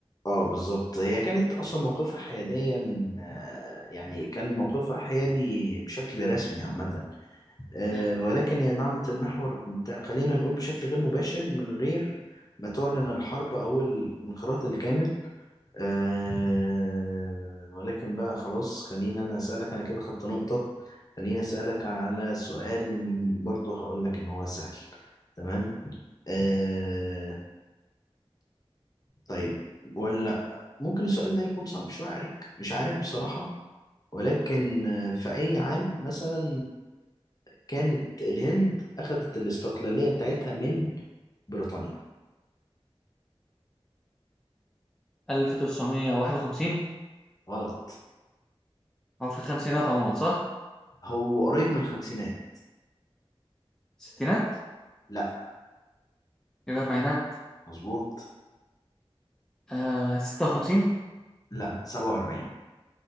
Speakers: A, on the left; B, in the centre.
A: اه بالظبط هي كانت اصلا موقفها حياديا آه، يعني كان موقفها حيادي بشكل رسمي عامة آه،
B: مم.
A: ولكن هي دعمت المحور بتاع خلينا نقول بشكل غير مباشر من غير ما تعلن الحرب أو الانخراط الكامل آه، ولكن بقى خلاص خليني أنا أسألك أنا كده خدت نقطة خليني أسألك على سؤال برضه هقول لك إن هو سهل تمام آه، طيب ولا ممكن السؤال ده يكون صعب شوية عليك مش عارف بصراحة ولكن آه، في أي عام مثلا كانت الهند أخذت الاستقلالية بتاعتها من بريطانيا
B: 1951
A: غلط
B: او في الخمسينات عموما صح؟
A: هو قريب من الخمسينات
B: ستينات
A: لا
B: يبقى أربعينات
A: مظبوط
B: آه ستة وخمسين
A: لا 47